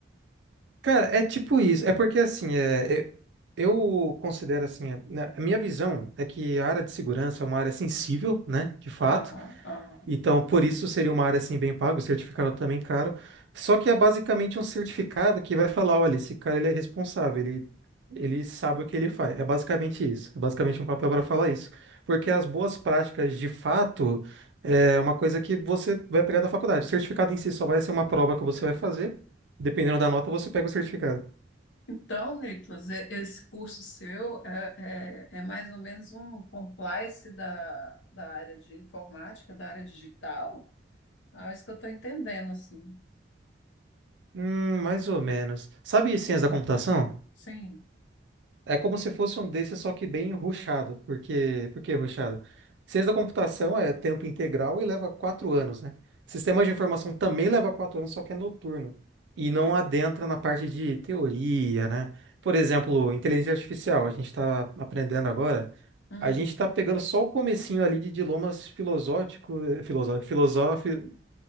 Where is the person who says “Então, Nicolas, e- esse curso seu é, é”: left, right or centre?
Left